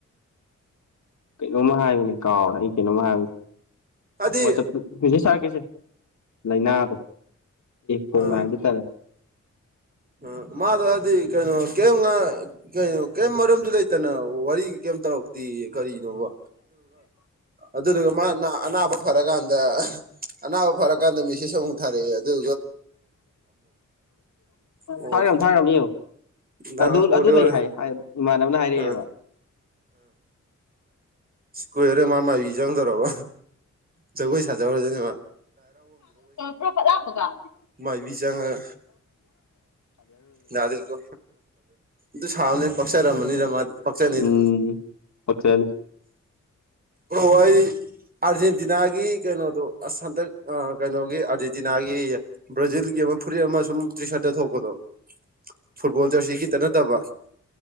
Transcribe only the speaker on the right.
ꯍꯥꯏꯗꯤ
ꯑꯥ
ꯑ ꯃꯥꯗ ꯍꯥꯏꯗꯤ ꯀꯩꯅꯣ ꯀꯩꯝ ꯀꯩꯅꯣ ꯀꯔꯤꯝ ꯃꯔꯝꯁꯨ ꯂꯩꯇꯅ ꯋꯥꯔꯤ ꯀꯩꯝ ꯇꯧꯔꯛꯇꯦ ꯀꯔꯤꯅꯣꯕ ꯑꯗꯨꯗꯨꯒ ꯃꯥ ꯑꯅꯥꯕ ꯐꯔꯀꯥꯟꯗ ꯑꯅꯥꯕ ꯐꯔꯀꯥꯟꯗ ꯃꯤꯁꯦ ꯁꯨ ꯇꯥꯔꯦ ꯑꯗꯨ ꯑꯣ
ꯅ
ꯑꯣꯔꯦ
ꯑꯣꯔꯦ
ꯑ ꯁꯀꯣꯏꯔꯦ ꯃꯥ ꯃꯥꯕꯤ ꯆꯪꯗꯧꯔꯕ ꯖꯒꯣꯏ ꯁꯥꯖꯧꯔꯖꯅꯦꯕ
ꯃꯥꯏꯕꯤ ꯆꯪꯉꯒ ꯌꯥꯗꯦꯀꯣ ꯐꯦ ꯁꯥꯎꯅ ꯀꯥꯛꯁꯥ ꯔꯃꯅꯤ ꯔ ꯐꯁꯅꯤꯗ
ꯍ ꯑꯥꯔꯖꯦꯟꯇꯤꯅꯥꯒꯤ ꯀꯩꯅꯣꯗꯣ ꯁꯟꯇꯛ ꯀꯩꯅꯣꯒꯤ ꯑꯥꯔꯖꯦꯟꯇꯤꯅꯥꯒꯤ ꯕ꯭ꯔꯥꯖꯤꯜꯒꯤ ꯐꯨꯔꯤꯠ ꯑꯃ ꯁꯨꯝ ꯇ꯭ꯔꯤ ꯁꯥꯔꯠꯇ ꯊꯣꯛꯄꯗꯣ ꯐꯨꯠꯕꯣꯜ ꯖꯔꯁꯤ ꯈꯤꯇ ꯅꯠꯇꯕ